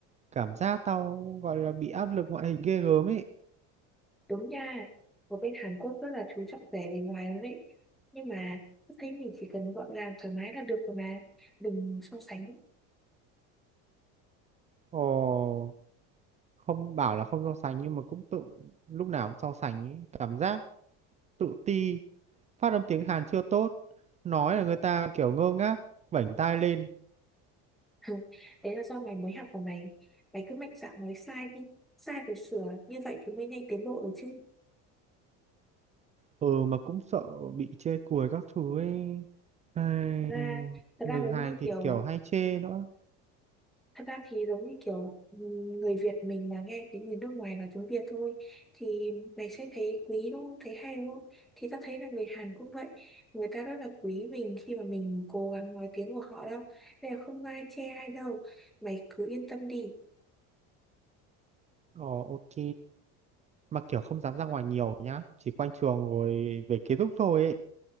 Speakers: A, on the right (about 20°); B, in the centre.
A: cảm giác tao gọi là bị áp lực ngoại hình ghê gớm ấy
B: Đúng nha, ở bên Hàn Quốc rất là chú trọng vẻ bề ngoài lắm đấy. Nhưng mà tôi thấy mình chỉ cần gọn gàng thoải mái là được rồi mà. Đừng so sánh.
A: ồ không bảo là không so sánh nhưng mà cũng tự lúc nào cũng so sánh ý. cảm giác tự ti phát âm tiếng Hàn chưa tốt nói là người ta kiểu ngơ ngác vểnh tai lên
B: <laughs> Đấy là do mày mới học của mày. Mày cứ mạnh dạn nói sai đi. Sai rồi sửa. Như vậy thì mới nhanh tiến bộ được chứ.
A: ừ mà cũng sợ bị chê cười các thứ ấy Ai,
B: Thật ra, thật
A: người
B: ra giống
A: Hàn
B: như
A: thì
B: kiểu
A: kiểu hay chê nữa
B: Thật ra thì giống như kiểu ừm, người Việt mình mà nghe thấy người nước ngoài nói tiếng Việt thôi thì mày sẽ thấy quý đúng không? Thấy hay đúng không? Thì tao thấy là người Hàn cũng vậy. Người ta rất là quý mình khi mà mình cố gắng nói tiếng của họ đâu. Nên là không ai chê ai đâu. Mày cứ yên tâm đi.
A: ồ ok mà kiểu không dám ra ngoài nhiều nhá chỉ quanh trường rồi về ký túc thôi ấy